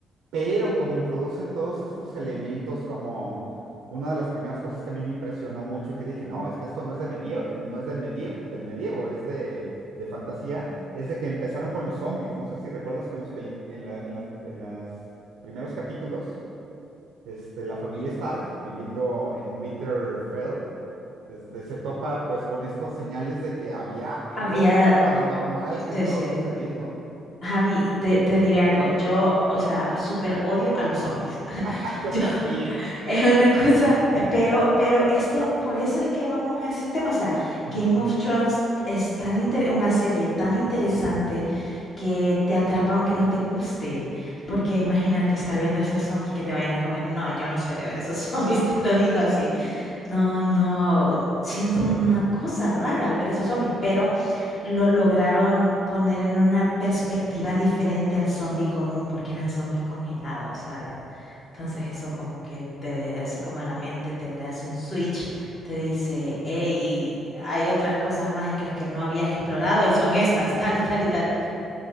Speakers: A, on the right; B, on the left.
A: pero como introducen todos estos elementos como una de las primeras cosas que a mí me impresionó mucho y que dije, no, es que esto no es de medievo, no es de medievo, del medievo, es de, de fantasía, es de que empezaron con los zombies. No sé si recuerdas que en los peli- en la- en las- en los primeros capítulos, este, la familia Stark viviendo en Winterfell este, se topa pues con estas señales de que había algo
B: Había,
A: paranormal que estaba
B: sí, sí.
A: sucediendo. <laughs>
B: Javi, te, te diré algo. Yo, o sea, súper odio a los zombies. <laughs>
A: Ah, yo
B: Yo-
A: también.
B: Es una cosa, eh,
A: <laughs>
B: pero, pero esto, por eso es que vamos a ese tema. O sea, Game
A: Ajá.
B: of Thrones es tan inter- una serie tan interesante que te atrapa aunque no te guste. Porque imagínate estar viendo esos zombies que te vayan a comer. No, yo no soy de ver esos <laughs> zombies, te lo digo así. No, no, siento una cosa rara al ver esos zombies, pero lo lograron poner en una perspectiva diferente al zombie común, porque eran zombies congelados, ¿sabes? Entonces eso como que te hace como la mente, te le hace un switch, te dice, hey, hay otras cosas mágicas que no habías explorado y son estas, <laughs> tal y tal y tal.